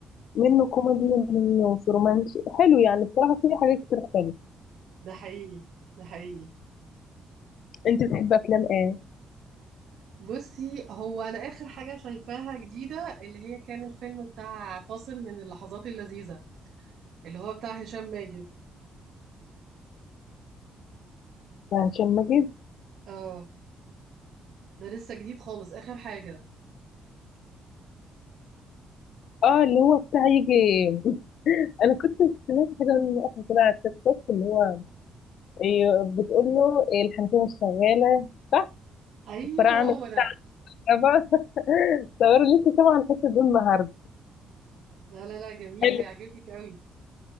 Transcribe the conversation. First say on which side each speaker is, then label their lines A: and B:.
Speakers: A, on the left (about 70°); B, on the right (about 70°).
A: منه كوميدي منه رومانسي حلو يعني بصراحة فيه حاجات كتير حلوة
B: ده حقيقي ده حقيقي
A: انت بتحب افلام ايه؟
B: بصي هو انا اخر حاجه شايفاها جديده اللي هي كان الفيلم بتاع فاصل من اللحظات اللذيذه اللي هو بتاع هشام ماجد
A: بتاع هشام ماجد
B: اه ده لسه جديد خالص اخر حاجه
A: اه اللي هو بتاع يجي <laughs> انا كنت سمعت حاجة من وقت كده على التيك توك اللي هو إيه، بتقول له إيه، الحنفية مش شغالة صح
B: ايوه
A: الصراع
B: هو
A: عامل
B: ده
A: كهرباء <laughs> صور لسه سامعة <laughs> الحتة دي النهاردة
B: لا لا لا جميل
A: حلو
B: هيعجبك قوي